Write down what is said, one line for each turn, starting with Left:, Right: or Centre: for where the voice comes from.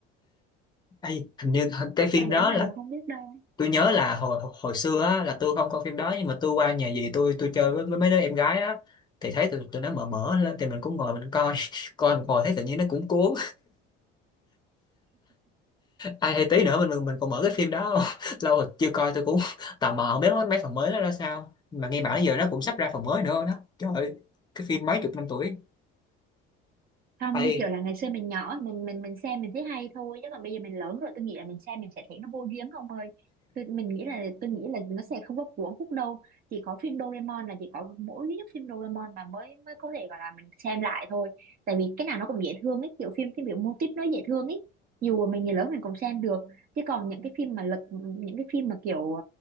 Left: Ê, hình như cái phim
Right: có
Left: đó
Right: đứa nào
Left: là
Right: mà không biết đâu
Left: tôi nhớ là hồi hồi xưa á, là tôi không coi phim đó nhưng mà tôi qua nhà dì tôi tôi chơi với, với mấy đứa em gái á thì thấy tụi, tụi nó mở mở lên thì mình cũng ngồi mình coi <laughs> coi một hồi thấy tự nhiên nó cũng cuốn ai hay tí nữa mình mình, mình còn mở cái phim đó không? <laughs> lâu rồi chưa coi tôi cũng <laughs> tò mò không biết mấy phần mới nó ra sao mà nghe bảo giờ nó cũng sắp ra phần mới nữa đó trời ơi, cái phim mấy chục năm tuổi
Right: không
Left: Ây.
Right: như kiểu là ngày xưa mình nhỏ mình mình mình xem mình thấy hay thôi chứ còn bây giờ mình lớn rồi tôi nghĩ là mình xem mình sẽ thấy nó vô duyên không ơi tôi mình nghĩ là tôi nghĩ là nó sẽ không có cuốn hút đâu chỉ có phim Doraemon là chỉ có mỗi duy nhất phim Doraemon mà mới mới có thể gọi là mình xem lại thôi tại vì cái nào nó cũng dễ thương ấy kiểu phim cái kiểu mô típ nó dễ thương ấy dù mà mình người lớn mình cũng xem được chứ còn những cái phim mà lật những cái phim mà kiểu